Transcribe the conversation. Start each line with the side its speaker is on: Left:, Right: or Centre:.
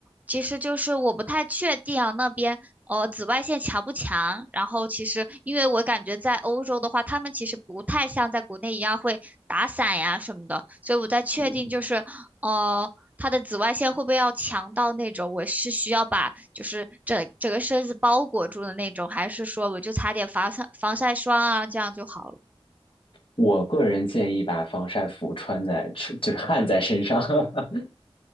Right: 其实就是我不太确定啊，那边呃紫外线强不强？然后其实因为我感觉在欧洲的话，他们其实不太像在国内一样会打伞呀什么的，所以我在确定就是呃它的紫外线会不会要强到那种我是需要把就是整整个身子包裹住的那种，
Left: 嗯，
Right: 还是说我就擦点防晒防晒霜啊，这样就好了？
Left: 我个人建议把防晒服穿在，就是焊在身上。<laughs>